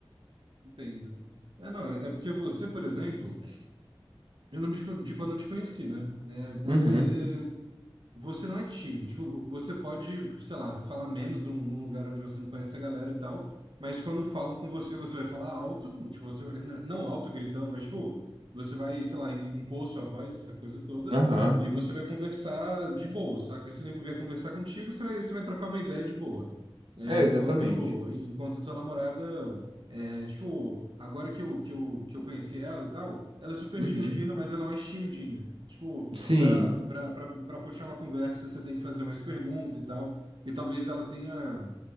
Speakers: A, on the right (about 60°); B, on the right (about 75°).
A: Entendo. É, não, é é porque você, por exemplo, eu lembro de quan- de quando eu te conheci, né? É, você,
B: Uhum.
A: você não é tímido. Tipo, você pode, sei lá, falar menos num, num lugar onde você não conhece a galera e tal, mas quando falam com você, você vai falar alto, tipo, você, n- não alto gritando, mas, tipo, você vai, sei lá, im- impor sua voz, essa coisa toda,
B: Aham.
A: e você vai conversar de boa, saca? Se o nego vier conversar contigo, você vai, você vai trocar uma ideia de boa. É,
B: É,
A: enquanto,
B: exatamente.
A: en- enquanto tua namorada. É, tipo, agora que eu, que eu, que eu conheci ela e tal, ela é super
B: Uhum.
A: gente fina, mas ela é mais timidinha. Tipo,
B: Sim,
A: pra, pra, pra, pra puxar uma conversa, você tem que fazer mais pergunta e tal. E talvez ela tenha